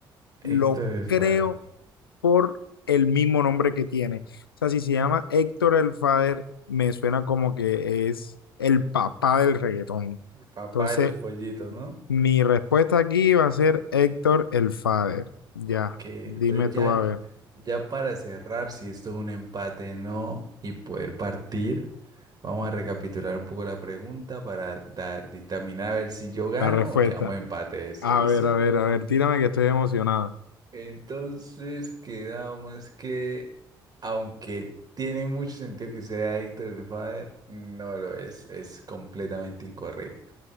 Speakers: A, on the right; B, on the left.
A: Héctor
B: Lo
A: el
B: creo
A: Father.
B: por el mismo nombre que tiene. O sea, si se llama Héctor el Father, me suena como que es el papá del reggaetón.
A: El papá
B: Entonces,
A: de los pollitos, ¿no?
B: mi respuesta aquí va a ser Héctor el Father. Ya,
A: Ok, entonces
B: dime tú
A: ya,
B: a ver
A: ya para cerrar, si esto es un empate, no, y poder partir, vamos a recapitular un poco la pregunta para dar, dictaminar a ver si yo gano
B: la respuesta.
A: o quedamos empate de esto,
B: A
A: ¿listo?
B: ver, a ver, a ver, tírame que estoy emocionado.
A: Entonces quedamos que, aunque tiene mucho sentido que sea Héctor el Father, no lo es, es completamente incorrecto.